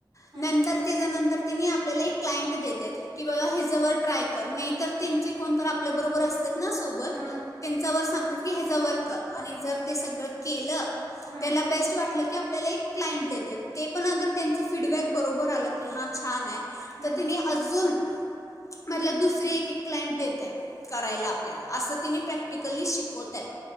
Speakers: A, on the right; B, on the left.
A: हा
B: नंतर तेज्या नंतर तेनी आपल्याला एक क्लाइंट देत्यात. की बाबा हेजावर ट्राय कर. नाही तर त्यांचे कोणतर आपल्याबरोबर अस तात ना सोबत
A: हा
B: <unintelligible> सांगतात की हेजावर कर आणि जर ते सगळं केलं
A: हा
B: त्याला बेस्ट वाटलं की आप आपल्याला एक क्लाइंट देतात. ते पण अगर त्यांचं फीडबॅक बरोबर आलं की हां छान आहे.
A: हा
B: तर तेनी अजून मतलब दुसरी एक -एक क्लांइंट देतात करायला आपल्याला अस तिनी प्र प्रॅक्टिकली शिकवत्यात.